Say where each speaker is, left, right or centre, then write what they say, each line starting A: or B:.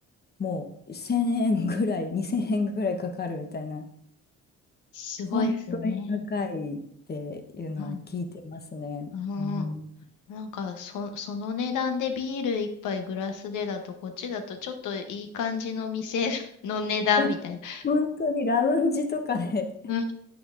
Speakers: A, on the left (about 35°); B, on the left (about 85°).
A: もう1000円ぐらい、2000円ぐらいかかるみたいな、
B: すごいですね。
A: 本当に高いっていうのは聞いてますね。
B: うん、うん。
A: うん、い
B: なんかそ、その値段でビール一杯グラスでだと、こっちだとちょっといい感じの店 <laughs> の値段みたいな。
A: や、本当にラウンジとかで
B: うん。